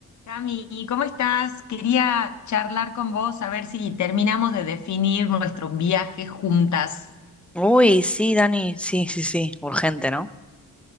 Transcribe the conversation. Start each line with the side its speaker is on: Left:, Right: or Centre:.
Left: Cami, ¿cómo estás? Quería charlar con vos a ver si terminamos de definir nuestro viaje juntas.
Centre: Uy, sí, Dani, sí, sí, sí, urgente, ¿no?